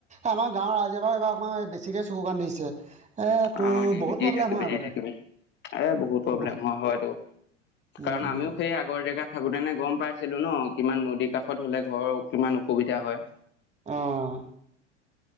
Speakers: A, on the right; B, on the left.
A: আমাৰ গাঁৱৰ ৰাইজে বাৰু এইবাৰ অকমান বেছিকে চকু কাণ দিছে। এ তোৰ
B: অ দি
A: বহুত
B: দি
A: প্ৰব্লেম
B: থাকিবি
A: হয় আগতে
B: দি থাকিবি এ বহুত প্ৰব্লেম
A: উম
B: হয় হয়টো।
A: উম
B: কাৰণ আমিও সেই আগৰ জেগাত থাকোতেনে গম পাইছিলো ন কিমান নদীৰ কাষত হলে ঘৰৰ কিমান অসুবিধা হয়।
A: অঁ।